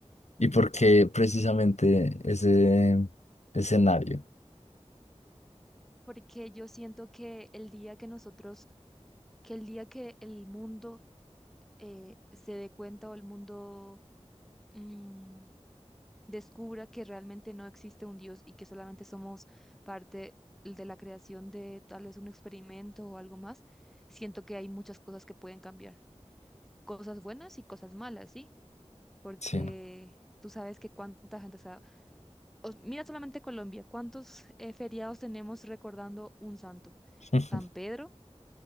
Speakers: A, on the left (about 80°); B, in the centre.
A: ¿Y por qué precisamente ese escenario?
B: porque yo siento que el día que nosotros, que el día que el mundo eh, se dé cuenta o el mundo mm, descubra que realmente no existe un Dios y que solamente somos parte de la creación de tal vez un experimento o algo más, siento que hay muchas cosas que pueden cambiar, cosas buenas y cosas malas, ¿sí? porque
A: Sí.
B: tú sabes que cuánta gente, o sea, os- mira solamente Colombia, cuántos eh, feriados tenemos recordando un santo.
A: <laughs>
B: San Pedro,